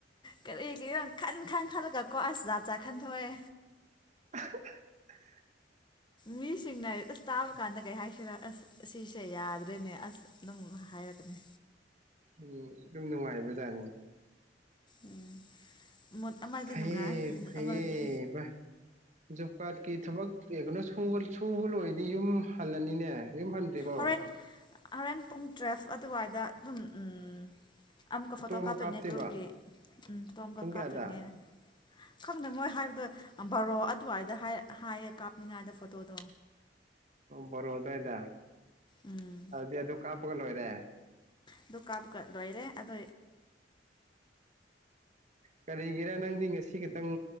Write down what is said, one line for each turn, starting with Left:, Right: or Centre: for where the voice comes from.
Left: ꯀꯔꯤ ꯀꯤꯔꯥ ꯈꯟ ꯈꯟ ꯈꯜꯂꯒ ꯀꯣ ꯑꯁ ꯖꯥꯠ ꯖꯠ ꯈꯟꯗꯣꯛꯑꯦ
Right: <inaudible>
Left: ꯃꯤꯁꯤꯡꯅ ꯑꯁ ꯇꯥꯕ ꯀꯥꯟꯗ ꯀꯩ ꯍꯥꯏꯁꯤꯔ ꯑꯁ ꯁꯤꯁꯦ ꯌꯥꯗ꯭ꯔꯦꯅꯦ ꯑꯁ ꯑꯗꯨꯝ ꯍꯥꯏꯔꯛꯀꯅꯤ
Right: ꯎꯝ ꯑꯗꯨꯝ ꯅꯨꯡꯉꯥꯏꯕꯖꯥꯅꯤ
Left: ꯎꯝ ꯃꯨꯠ ꯑꯃꯗꯤ
Right: ꯐꯌꯦ
Left: ꯅꯨꯡꯉꯥꯏ
Right: ꯐꯩꯌꯦꯕ
Left: ꯃꯨꯠ ꯑꯃꯗꯤ
Right: ꯖꯣ ꯀꯥꯠꯀꯤ ꯊꯕꯛ ꯀꯩ ꯀꯩꯅꯣ ꯁꯨꯕ ꯂꯣꯏꯔꯗꯤ ꯌꯨꯝ ꯍꯜꯂꯅꯤꯅꯦ ꯌꯨꯝ ꯍꯟꯗꯔ꯭ꯤꯕꯣ
Left: ꯍꯣꯔꯦꯟ <unintelligible> ꯄꯨꯡ ꯇꯨꯋꯦꯜꯐ ꯑꯗꯨꯋꯥꯏꯗ ꯑꯗꯨꯝ ꯎꯝ ꯑꯃꯛꯀ ꯐꯣꯇꯣ
Right: ꯑꯃꯨꯛ
Left: ꯀꯥꯞꯇꯣꯏꯅꯦ
Right: ꯀꯥꯞꯇꯣꯏꯕ
Left: ꯒ꯭ꯔꯨꯞꯀꯤ ꯎꯝ ꯐꯣꯇꯣ ꯑꯃꯀ
Right: ꯄꯨꯡ ꯀꯌꯥꯗ
Left: ꯀꯥꯞꯇꯣꯏꯅꯦ ꯈꯪꯗ ꯃꯣꯏ ꯍꯥꯏꯕꯗꯣ ꯕꯔꯣ ꯑꯗꯨꯋꯥꯏꯗ ꯍꯥꯏ ꯍꯥꯏꯌꯦ ꯀꯥꯞꯅꯤꯡꯉꯗꯣ ꯐꯣꯇꯣꯗꯣ
Right: ꯕꯔꯣ ꯗꯏꯗ
Left: ꯎꯝ
Right: ꯑꯗꯤ ꯑꯗꯨ ꯀꯥ <unintelligible>
Left: ꯑꯗꯨ ꯀꯥꯞꯒ ꯂꯣꯏꯔꯦ ꯑꯗꯣ
Right: ꯀꯔꯤꯒꯤꯔꯥ ꯅꯪꯗꯤ ꯉꯁꯤ ꯈꯇꯪ